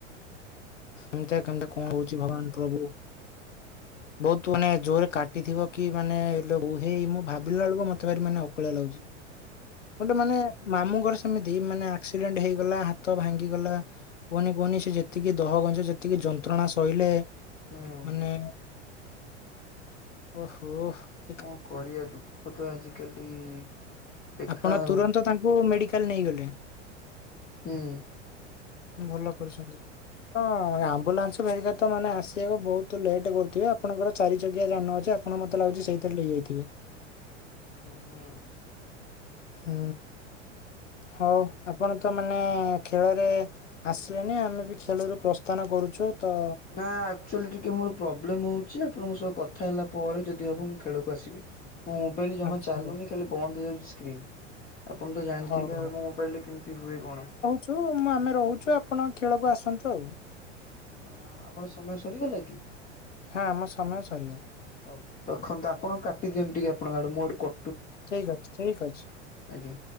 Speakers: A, on the left; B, on the left.
A: ଏମତିଆ କେମିତି କଣ ହଉଛି ଭଗବାନ ପ୍ରଭୁ। ବହୁତ ମାନେ ଜୋରରେ କାଟିଥିବ କି ମାନେ ଇଲୋ ବୋଉ ମୁଁ ଭାବିଲା ବେଳକୁ ମତେ ଭାରି ମାନେ ଅକଳିଆ ଲାଗୁଛି। ଗୋଟେ ମାନେ ମାମୁଁଙ୍କର ସେ ସେମିତି ମାନେ ଆକ୍ସିଡେଣ୍ଟ ହେଇଗଲା ହାତ ଭାଙ୍ଗିଗଲା କୁହନି କୁହନି ସେ ଯେ ଯେତିକି ଦହଗଞ୍ଜ ଯେତିକି ଯନ୍ତ୍ରଣା ସହିଲେ
B: ହୁଁ ହୁଁ
A: ମାନେ ଓ ହୋ, ହୋ
B: କଣ କରିବା ଦୁଃଖ ତ ଆଜିକାଲି ଲେଖା
A: ଆପଣ
B: ଆଉ
A: ତୁରନ୍ତ ତାଙ୍କୁ ମେଡିକାଲ୍ ନେଇଗଲେ।
B: ହୁଁ।
A: ଭଲ କରିଛନ୍ତି। ତ ଆମ୍ବୁଲାନ୍ସ ଭେରିକା ତ ମାନେ ଆସିବାକୁ ବହୁତ ଲେଟ୍ କରୁଥିବେ ଆପଣଙ୍କର ଚାରି ଚକିଆ ଜାନ ଅଛି। ଯେ ଆପଣ ମତେ ଲାଗୁଛି ସେଇଥିରେ ନେଇ ଯାଇଥିବେ।
B: ହୁଁ, ହୁଁ।
A: ହୁଁ। ହଉ ଆପଣ ତ ମାନେ ଖେଳରେ ଆସିଲେନି ଆମେ ବି ଖେଳରୁ ପ୍ରସ୍ଥାନ କରୁଛୁ ତ
B: ନା ଆକଚୁଆଲି ଟିକିଏ ମୋର ପ୍ରୋବ୍ଲେମ୍ ହେଉଛି ଆପଣଙ୍କ ସହ କଥା ହେଲା ପରେ ଯଦି ହେବ ମୁଁ ଖେଳକୁ ଆସିବି। ମୋ ମୋବାଇଲ୍ ଜମା
A: ଆଚ୍ଛା
B: ଚାଲୁନି
A: ହଉ
B: ଖାଲି ବନ୍ଦ ହେଇଯାଉଛି ସ୍କ୍ରିନ। ଆପଣତ ଜାଣିଥିବେ
A: ହଉ
B: ମୋ ମୋବାଇଲରେ କେମିତି ହୁଏ କଣ।
A: ଶୁଣୁ ମା ଆମେ ରହୁଛୁ ଆପଣ ଖେଳକୁ ଆସନ୍ତୁ ଆଉ।
B: ଓହୋ ଆମର ସମୟ ସରିଗଲାକି
A: ଆମ
B: ହଁ।
A: ସମୟ ସରିଗଲା
B: ହଉ ରଖନ୍ତୁ ଆପଣ କାଟି ଦିଅନ୍ତୁ ଟିକେ ଆପଣଙ୍କ ଆଡ଼ୁ ମୋ ଆଡ଼ୁ କ
A: ଠିକ୍ ଅଛି ଠିକ୍ ଅଛି।
B: ଆଜ୍ଞା।